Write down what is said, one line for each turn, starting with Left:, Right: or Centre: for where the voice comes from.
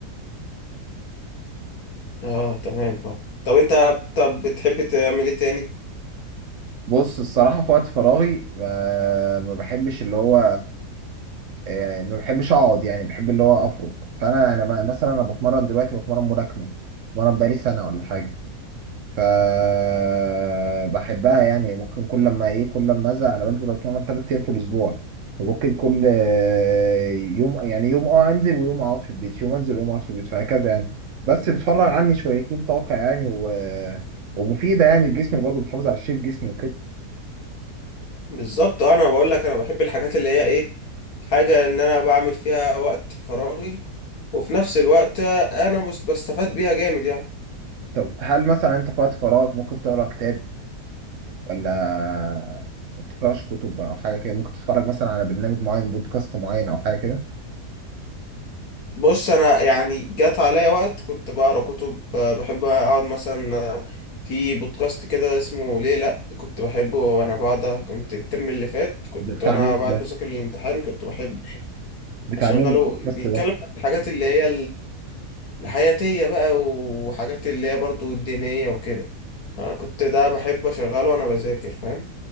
Left: اه تمام فاهم طب انت طب بتحب تعمل ايه تاني
Right: بص الصراحه في وقت فراغي ما, ما بحبش اللي هو آه، ما بحبش اقعد يعني بحب اللي هو افرج فانا انا ب- مثلا انا بتمرن دلوقتي بتمرن ملاكمه بتمرن بقالي سنه ولا حاجه فبحبها يعني ممكن كل لما ايه كل لما ازهق انا بنزل اتمرن ثلاث ايام في الاسبوع ممكن كل آه، يوم يعني يوم اه انزل ويوم اقعد في البيت يوم انزل ويوم اقعد في البيت فهكذا يعني بس بتفرغ عني شويتين طاقة يعني و... ومفيدة يعني الجسم برضه بتحافظ على شيب جسمي وكده
Left: بالظبط اه انا بقول لك انا بحب الحاجات اللي هي ايه حاجة ان انا بعمل فيها وقت فراغي وفي نفس الوقت انا مش بستفاد بيها جامد يعني
Right: طب هل مثلا انت في وقت فراغ ممكن تقرا كتاب ولا ما بتقراش كتب او حاجة كده ممكن تتفرج مثلا على برنامج معين بودكاست معين او حاجة كده
Left: بص انا يعني جات عليا وقت كنت بقرا كتب آه، بحب اقعد مثلا آه، في بودكاست كده اسمه ليه لا كنت بحبه وانا بعد كنت الترم اللي فات كنت
Right: بتاع
Left: وانا
Right: مين
Left: بعد
Right: ده
Left: بذاكر الامتحان كنت بحب
Right: بتاع
Left: اشغله
Right: مين البودكاست
Left: بيتكلم
Right: ده
Left: عن الحاجات اللي هي الحياتية بقى وحاجات اللي هي برضو الدينية وكده أنا كنت ده بحب أشغله وأنا بذاكر فاهم